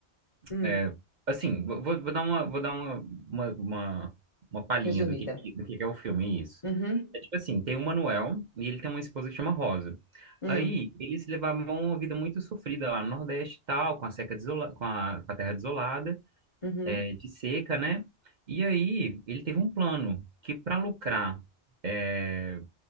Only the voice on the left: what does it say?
Hum,
resumida.
Uhum.
Hum.
Uhum.